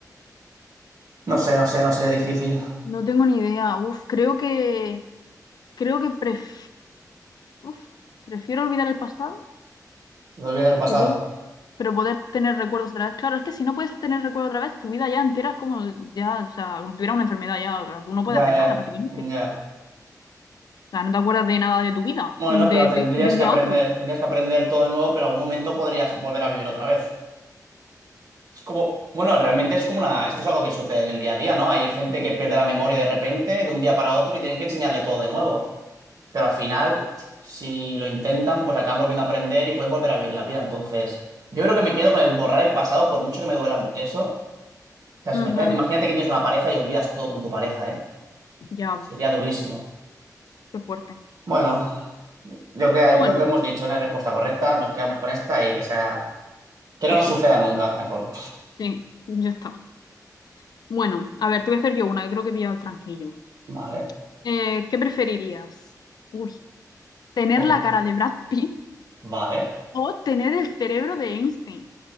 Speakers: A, on the right; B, on the left.
A: No sé, no sé, no sé, difícil.
B: no tengo ni idea. Uf, creo que, creo que pref- uf, prefiero olvidar el pasado,
A: Los días del pasado.
B: creo, pero poder tener recuerdos otra vez. Claro, es que si no puedes tener recuerdos otra vez, tu vida ya entera es como ya, o sea, como si tuvieras una enfermedad ya, o sea, tú no puedes
A: Ya,
B: hacer
A: ya,
B: nada prácticamente.
A: ya.
B: O sea, no te acuerdas de nada de tu vida,
A: Bueno,
B: de,
A: pero tendrías
B: de- de un
A: que
B: día
A: aprender,
B: a otro.
A: tendrías que aprender todo de nuevo, pero en algún momento podrías volver a vivir otra vez. Es como, bueno, realmente es como una, esto es algo que sucede en el día a día, ¿no? Hay gente que pierde la memoria de repente, de un día para otro, y tienen que enseñarle todo de nuevo. Pero al final, si lo intentan, pues acaban volviendo a aprender y pueden volver a vivir la vida. Entonces, yo creo que me quedo con el borrar el pasado, por mucho que me duela eso. O sea, si
B: Ujú,
A: imagínate, imagínate que tienes una pareja y olvidas todo con tu pareja, ¿eh?
B: Ya,
A: Sería durísimo.
B: qué fuerte.
A: Bueno, lo que
B: Pero bueno.
A: lo que hemos dicho no es respuesta correcta, nos quedamos con esta y que sea... Que no
B: Pues
A: nos
B: sí,
A: suceda nunca, mejor.
B: sí, ya está. Bueno, a ver, te voy a hacer yo una, que creo que he pillado el tranquillo.
A: Vale,
B: Eh, ¿qué preferirías? Uy, ¿tener
A: uy,
B: la cara de Brad Pitt
A: vale,
B: o tener el cerebro de Einstein?